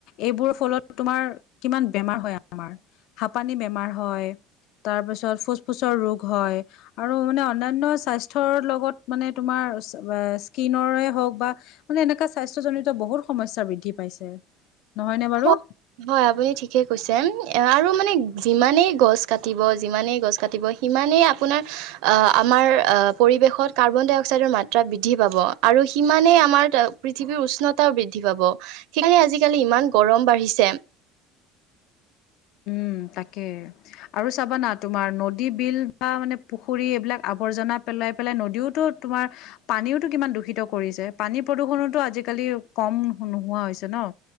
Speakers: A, on the left; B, on the right.
A: এইবোৰ ফলত তোমাৰ কিমান বেমাৰ হয় আমাৰ হাপানি বেমাৰ হয় তাৰ পিছত ফুচ ফুচৰ ৰোগ হয় আৰু মানে অন্যান্য স্বাস্থ্যৰ লগত মানে তোমাৰ স্কিনৰৰে হওক বা মানে এনেকা স্বাস্থ্য জনিত বহুত সমস্যা বৃদ্ধি পাইছে নহয়নে বাৰু
B: হয় হয় আপুনি ঠিকে কৈছে আৰু মানে যিমানেই গছ কাটিব যিমানেই গছ কাটিব। ইমানেই আপোনাৰ আমাৰ পৰিৱেশত কাৰ্বন ডাই অক্সাইডৰ মাত্ৰা বৃদ্ধি পাব, আৰু সিমানে আমাৰ পৃথিৱীৰ উষ্ণতাও বৃদ্ধি পাব। সেইকাৰণে আজি আজিকালি ইমান গৰম বাঢ়িছে
A: উ তাকে আৰু চাবানা তোমাৰ নদী বিল বা মানে পুখুৰী এইবিলাক আৱৰ্জনা পেলাই পেলাই নদীওতো তোমাৰ পানীওতো কিমান দূষিত কৰিছে পানী প্ৰদূষণো আজি কালি কম নোহোৱা হৈছে ন